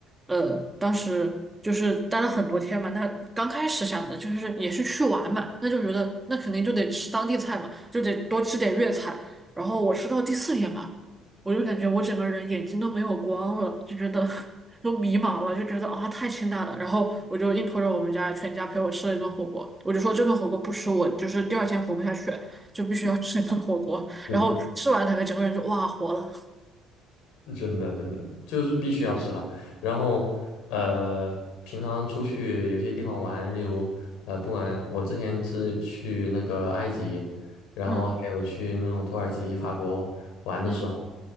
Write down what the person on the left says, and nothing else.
是的。
真的真的就是必须要吃辣。然后呃，平常出去有些地方玩，例如呃，不管我之前是去那个埃及，然后还有去那种土耳其、
法国玩的时候，